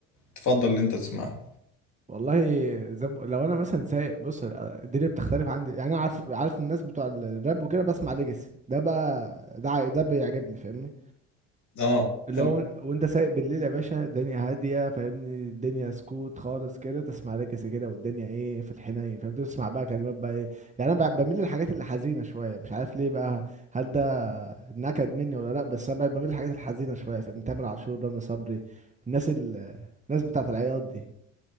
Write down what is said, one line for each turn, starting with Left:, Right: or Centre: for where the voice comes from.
Left: تفضل ان انت تسمعها
Right: والله زب... لو انا مثلا سايق بص آه، الدنيا بتختلف عندي يعني انا عارف عارف الناس بتوع الراب وكده بسمع ليجاسي ده بقى ده ع- ده بيعجبني فاهمني
Left: اه
Right: اللي
Left: حلو
Right: هو وإن- وانت سايق بالليل يا باشا الدنيا هاديه فاهمني الدنيا سكوت خالص كده تسمع ليجاسي كده والدنيا ايه في الحنين فاهم تسمع بقى كلمات بقى ايه يعني انا ب- بميل للحاجات اللي حزينه شويه مش عارف ليه بقى هل ده نكد مني ولا لا بس انا بميل للحاجات الحزينه شويه فاهم تامر عاشور رامي صبري الناس ال... الناس بتاعت العياط دي